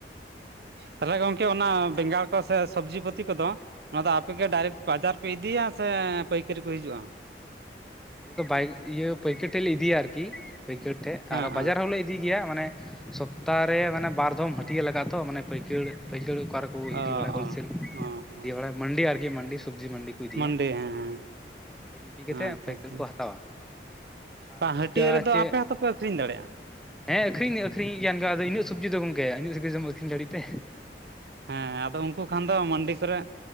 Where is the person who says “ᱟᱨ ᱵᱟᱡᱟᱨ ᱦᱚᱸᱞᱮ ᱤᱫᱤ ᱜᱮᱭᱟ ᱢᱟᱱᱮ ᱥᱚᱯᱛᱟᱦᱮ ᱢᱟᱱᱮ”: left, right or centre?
Centre